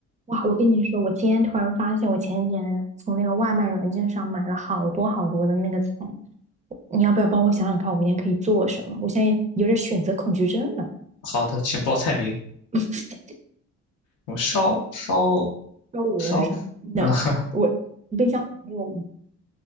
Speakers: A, on the right; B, on the left.
A: 哇，我跟你说，我今天突然发现，我前几天从那个外卖软件上买了好多好多的那个菜。你要不要帮我想想看，我明天可以做什么？我现在有点选择恐惧症了，
B: 好的，请报菜名。
A: <laughs>
B: 我烧烧
A: 高额是吧？No，
B: 烧，嗯哼
A: 我冰箱没有，